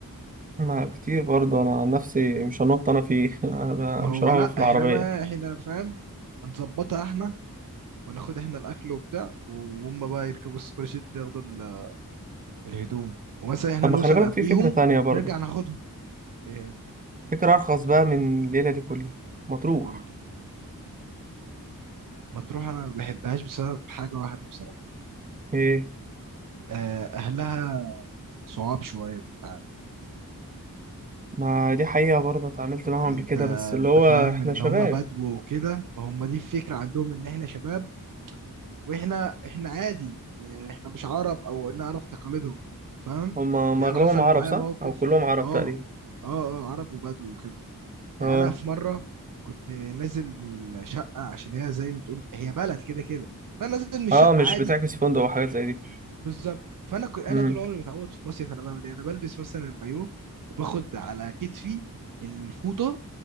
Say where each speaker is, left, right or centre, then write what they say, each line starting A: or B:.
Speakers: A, on the right (about 25°); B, on the right (about 65°).
A: ما كتير برضه انا عن نفسي مش هنط انا فيه <laughs> أنا
B: ما
A: مش
B: هو
A: هروح
B: لا
A: في العربيه
B: احنا بقى احنا فاهم هنظبطها احنا وناخد احنا الاكل وبتاع وهم بقى يركبوا السوبر جيت ياخدوا ال- الهدوم ومثلا احنا
A: طب
B: نوصل
A: ما خلي بالك
B: قبليهم
A: في فكره تانية برضه
B: نرجع ناخدهم ايه
A: فكره ارخص بقى من الليله دي كلها ما تروح
B: قول لي مطروح انا ما بحبهاش بسبب حاجه واحده بصراحه
A: ايه
B: آه، اهلها صعاب شويه في التعامل.
A: ما دي حقيقه برضه اتعاملت معاهم
B: انت
A: قبل كده بس اللي
B: انت
A: هو
B: فاهم
A: احنا
B: ان
A: شباب
B: هم بدو وكده ما هم دي الفكره عندهم ان احنا شباب واحنا احنا عادي يعني احنا مش عرب او نعرف تقاليدهم فاهم
A: هم هم
B: يعني
A: اغلبهم
B: انا حصل
A: عرب
B: معايا
A: صح
B: موقف
A: او كلهم عرب
B: اه
A: تقريبا
B: اه اه عرب وبدو وكده يعني
A: اه
B: انا في مره كنت نازل من الشقه عشان هي زي ما تقول هي بلد كده كده فانا نازل من الشقه
A: اه مش
B: عادي
A: بتعكس فندق وحاجات زي
B: بالظبط فانا كنت انا
A: دي
B: طول عمري متعود في مصيف انا بعمل ايه انا بلبس مثلا البايو وباخد على كتفي الفوطه